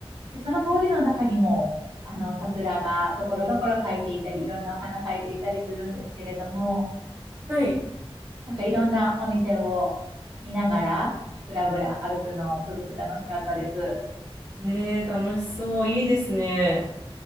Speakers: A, on the right (about 55°); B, on the right (about 35°).
A: で、その通りの中にも、あの、桜がところどころ咲いていたり、いろんなお花咲いていたりするんですけれども、
B: はい。
A: なんかいろんなお店を見ながら、ぶらぶら歩くの、すごく楽しかったです。
B: ええー楽しそう。いいですね。